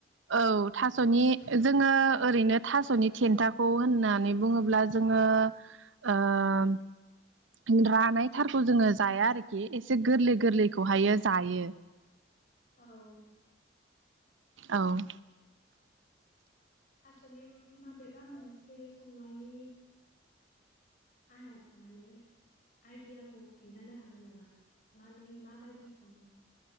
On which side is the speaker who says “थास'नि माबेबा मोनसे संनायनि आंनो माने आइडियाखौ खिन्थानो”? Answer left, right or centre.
Left